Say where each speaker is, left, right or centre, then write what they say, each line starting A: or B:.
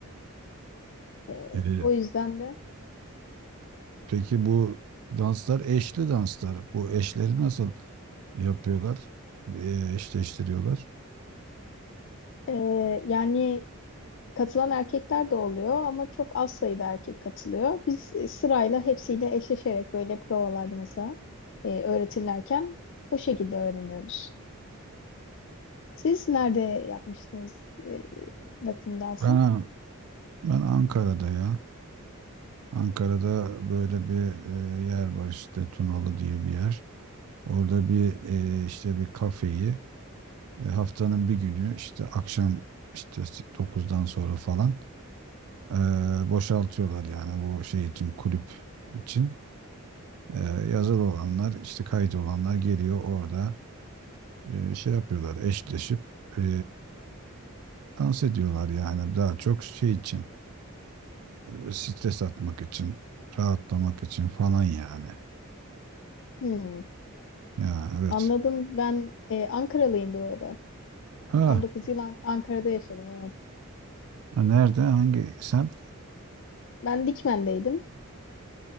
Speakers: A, on the left (about 55°); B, on the right (about 85°).
A: E,
B: Ee,
A: o yüzden de
B: peki bu danslar eşli danslar. Bu eşleri nasıl yapıyorlar? Ee, eşleştiriyorlar.
A: ee, yani Katılan erkekler de oluyor ama çok az sayıda erkek katılıyor. Biz e, sırayla hepsiyle eşleşerek böyle provalarda mesela e, öğretilirken bu şekilde öğreniyoruz. Siz nerede yapmıştınız e, Latin dansı?
B: Ben, ben Ankara'da ya. Ankara'da böyle bir e, yer var işte Tunalı diye bir yer. Orada bir e, işte bir kafeyi e, haftanın bir günü işte akşam işte dokuzdan sonra falan e, boşaltıyorlar yani bu şey için kulüp için. E, yazılı olanlar işte kayıt olanlar geliyor orada e, şey yapıyorlar eşleşip e, dans ediyorlar yani daha çok şey için e, stres atmak için rahatlamak için falan yani.
A: Hmm,
B: Ya evet.
A: anladım. Ben e, Ankaralıyım burada.
B: Ha,
A: 19 yıl An- Ankara'da yaşadım, evet.
B: ha, nerede? Hangi semt?
A: Ben Dikmen'deydim.